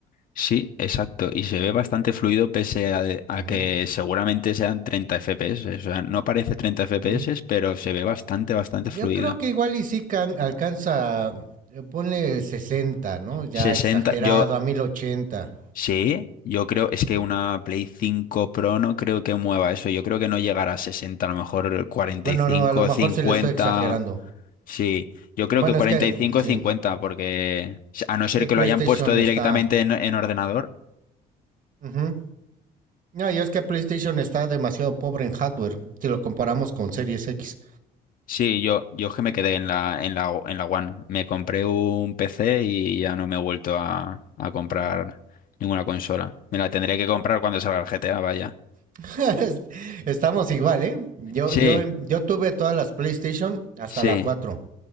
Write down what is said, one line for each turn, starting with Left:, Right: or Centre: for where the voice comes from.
Left: Sí, exacto, y se ve bastante fluido pese a, de- a
Right: Ujú,
Left: que seguramente sean 30 FPS, o sea, no parece 30 FPS,
Right: ujú.
Left: pero se ve bastante, bastante
Right: Yo
Left: fluido.
Right: creo que igual y sí can- alcanza, eh, ponle 60, ¿no? Ya
Left: sesenta
Right: exagerado,
Left: yo
Right: a 1080.
Left: Sí, yo creo, es que una Play cinco Pro no creo que mueva eso. Yo creo que no llegará a 60, a lo mejor cuarenta
Right: Bueno,
Left: y cinco,
Right: no, a lo mejor
Left: 50.
Right: se le estoy exagerando.
Left: Sí, yo creo
Right: Bueno,
Left: que cuarenta
Right: es que
Left: y
Right: mm,
Left: cinco,
Right: sí.
Left: 50, porque a no ser
Right: eh,
Left: que
Right: PlayStation
Left: lo hayan puesto directamente
Right: está...
Left: en, en ordenador.
Right: ujú. No, y es que PlayStation está demasiado pobre en hardware si lo comparamos con Series X.
Left: Sí, yo, yo es que me quedé en la, en la, en la One. Me compré un PC y ya no me he vuelto a, a comprar ninguna consola. Me la tendré que comprar cuando salga el GTA, vaya.
Right: <laughs> Estamos igual, ¿eh? Yo,
Left: Sí,
Right: yo, yo tuve todas las PlayStation hasta
Left: sí.
Right: la cuatro